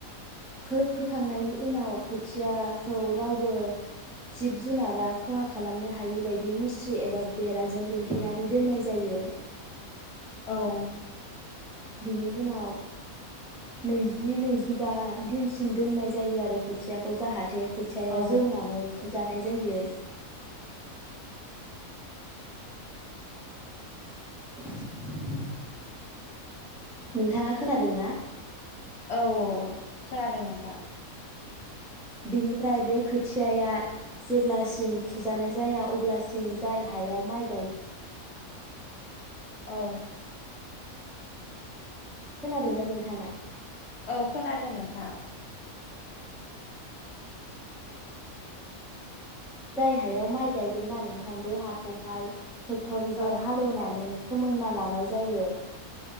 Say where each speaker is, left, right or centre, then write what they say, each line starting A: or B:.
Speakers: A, in the centre; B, on the left.
A: फो-फोखांनायनि उनाव खोथियाखौ रावबो जिब जुनारा खहा खालामनो हायि बायदि मुस्रि एबा बेराजों बेंथेनानै दोननाय जायो।
B: औ
A: बिनि उनाव नैजि नैजिबा दिनसिम दोननाय जायो आरो खोथियाखौ जाहा थे खोथियाया
B: औ
A: जौनानै फु जानाय जायो। <inaudible> नोंथाङा खोनादों ना?
B: औ खोनादों नोंथां।
A: बिनिफ्राय बे खोथियाया जेब्लासिम फुजानाय जाया अब्लासिम जाय हायाव माइ गाय
B: औ
A: खोनादों दा नोंथाङा?
B: औ खोनादों नोंथां।
A: जाय हायाव माइ गायगोन ना नोंथां बे हाखौहाय ट्रेक्टरजों
B: औ
A: हाल एवनानै फोमोनना लानाय जायो।